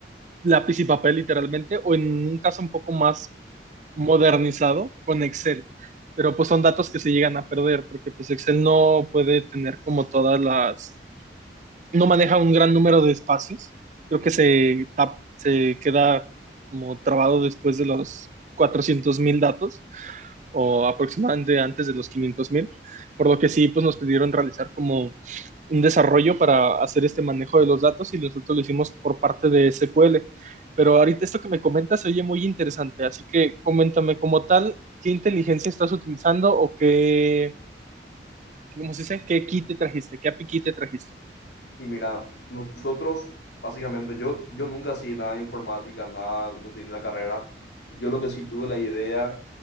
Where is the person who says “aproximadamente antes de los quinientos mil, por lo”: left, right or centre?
Right